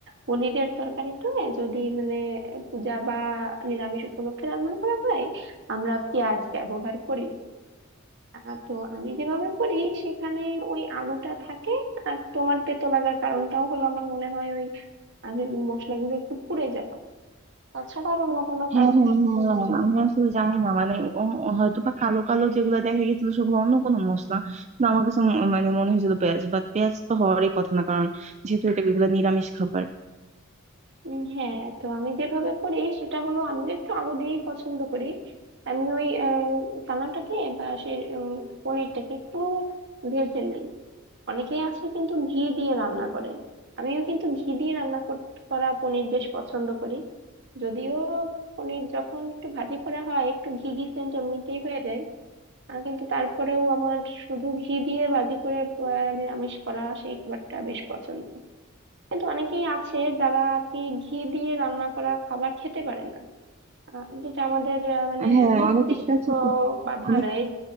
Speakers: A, on the right; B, on the right.
A: পনিরের তরকারিতে যদি মানে পূজা বা নিরামিষ উপলক্ষে রান্না করা হয় আমরা পেঁয়াজ ব্যবহার করি আহ, তো আমি যেভাবে করি সেখানে ওই আলুটা থাকে আর তোমার তেতো লাগার কারণটাও হলো আমার মনে হয় ওই আহ, মশলাগুলো একটু পুড়ে যাওয়া তাছাড়া আর অন্য কোনো
B: হ্যাঁ
A: কারণ
B: হ্যাঁ
A: নেই
B: হ্যাঁ আমি আসলে জানি না মানে ও- হয়তো বা কালো কালো যেগুলো দেখা গেছিল সেগুলো অন্য কোনো মশলা কিন্তু আমার কাছে ম- মানে মনে হয়েছিল পেঁয়াজ বাট পেঁয়াজ তো হওয়ারই কথা না কারণ যেহেতু এটা এগুলো নিরামিষ খাবার
A: উম, হ্যাঁ তো আমি যেভাবে করি সেটা হলো আমি একটু আলু দিয়েই পছন্দ করি আমি ওই আহ, চানাটাকে বা সেই উম, পনিরটাকে একটু ভেজে নিই অনেকেই আছে কিন্তু ঘি দিয়ে রান্না করে আমিও কিন্তু ঘি দিয়ে রান্না কর- করা পনির বেশ পছন্দ করি যদিও পনির যখন একটু ভাজি করা হয় একটু ঘি ঘি সেন্ট এমনিতেই হয়ে যায় আহ, কিন্তু তারপরেও আমার শুধু ঘি দিয়ে ভাজি করে আহ, নিরামিষ করা সেই খাবারটা বেশ পছন্দ কিন্তু অনেকেই আছে যারা আর কি ঘি দিয়ে রান্না করা খাবার খেতে পারে না আহ, যেটা আমাদের আহ, মানে
B: হ্যাঁ
A: মস্তিষ্ক
B: অনেকের কাছে তো
A: বাধা
B: অনেক
A: দেয়